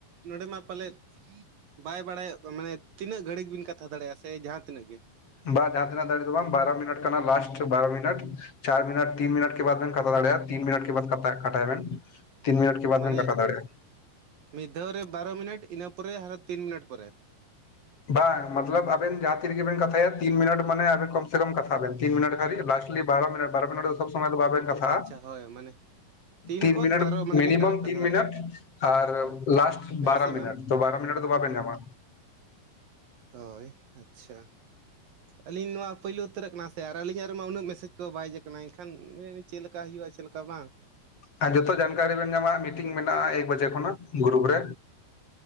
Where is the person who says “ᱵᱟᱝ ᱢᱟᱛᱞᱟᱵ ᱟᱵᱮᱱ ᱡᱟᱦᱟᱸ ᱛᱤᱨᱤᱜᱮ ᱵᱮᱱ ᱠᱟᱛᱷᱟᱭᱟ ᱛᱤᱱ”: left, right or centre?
Left